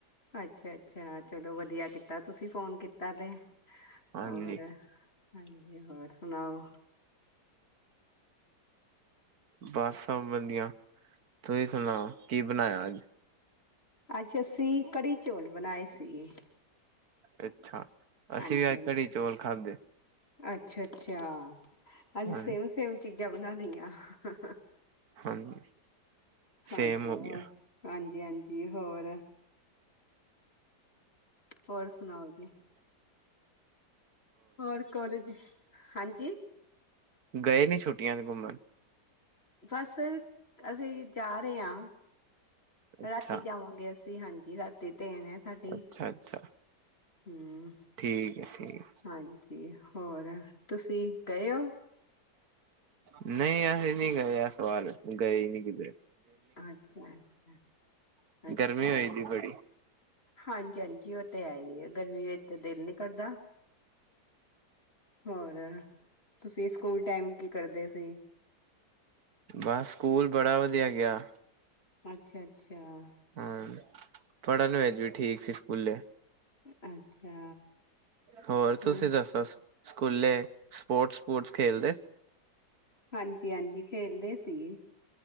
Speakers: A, on the left; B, on the right.
A: ਅੱਛਾ-ਅੱਛਾ ਚਲੋ ਵਧੀਆ ਕੀਤਾ ਤੁਸੀਂ ਫੋਨ ਕੀਤਾ ਤੇ।
B: ਹਾਂਜੀ
A: <unintelligible> ਹਾਂ ਜੀ ਹੋਰ ਸੁਣਾਓ?
B: ਬਸ ਸਭ ਵਧੀਆਂ। ਤੁਸੀਂ ਸੁਣਾਓ ਕੀ ਬਣਾਇਆ ਅੱਜ?
A: ਅੱਜ ਅਸੀਂ ਕੜੀ ਚੋਲ ਬਨਾਏ ਸੀ।
B: ਅੱਛਾ। ਅਸੀਂ
A: ਹਾਂਜੀ-ਹਾਂਜੀ,
B: ਵੀ ਅੱਜ ਕੜੀ ਚੌਲ ਖਾਧੇ
A: ਅੱਛਾ-ਅੱਛਾ। ਅੱਜ
B: ਹਾਂਜੀ
A: ਸੇਮ-ਸੇਮ ਚੀਜ਼ਾਂ ਬਨਾ ਲਈਆਂ। ਹਾਂ ਹਾਂ।
B: ਹਾਂਜੀ
A: ਹਾਂਜੀ,
B: ਸੇਮ ਹੋ ਗਿਆ
A: ਉਹ ਹਾਂਜੀ। ਹਾਂਜੀ, ਹੋਰ। ਹੋਰ ਸੁਣਾਉ ਜੀ। ਹੋਰ ਕੋਲਜ, ਹਾਂਜੀ
B: ਗਏ ਨੀ ਛੁੱਟੀਆਂ ਤੇ ਘੁੰਮਣ
A: ਬਸ ਅਸੀਂ ਜਾ ਰਹੇ ਹਾਂ।
B: ਅੱਛਾ
A: ਰਾਤੀ ਜਾਵਾਂਗੇ ਅਸੀਂ, ਹਾਂਜੀ ਰਾਤੀ ਟ੍ਰੇਨ ਆ ਸਾਡੀੇ
B: ਅੱਛਾ ਅੱਛਾ
A: ਹੂੰ,
B: ਠੀਕ ਹੈ ਠੀਕ
A: ਹਾਂਜੀ। ਹੋਰ ਤੁਸੀਂ ਗਏ ਉ।
B: ਨਹੀਂ ਅਸੀਂ ਨਹੀਂ ਗਏ, ਇਸ ਵਾਰ ਗਏ ਨਹੀਂ।
A: ਅੱਛਾ ਅ
B: ਦਾ
A: ਅੱਛਾ,
B: ਗਰਮੀ ਹੋਈ ਦੀ ਬੜੀ
A: ਹਾਂਜੀ ਹਾਂਜੀ, ਉਹ ਤੇ ਹੈ ਹੀ ਆ। ਗਰਮੀ ਵਿੱਚ ਦਿਲ ਨੀ ਕਰਦਾ, ਹੋਰ ਤੁਸੀਂ ਸਕੂਲ ਟਾਈਮ ਕੀ ਕਰਦੇ ਸੀ।
B: ਬਸ ਸਕੂਲ ਬੜਾ ਵਆ ਵਧੀਆ ਗਿਆ ਗਿਆ।
A: ਅੱਛਾ ਅੱਛਾ
B: ਹਾ, ਥੋੜ੍ਹਾ ਜਿਹਾ ਹੋ ਜਾਉ ਠੀਕ। ਸਕੂਲੇ
A: ਅੱਛਾ,
B: ਹੋਰ
A: ਹੂੰ।
B: ਤੁਸੀਂ ਦੱਸੋ ਸਕੂਲੇ ਸਪੋਰਟਸ ਸਪੋਰਟਸ ਖੇਲਦੇ
A: ਹਾਂਜੀ ਹਾਂਜੀ, ਖੇਲਦੇ ਸੀ।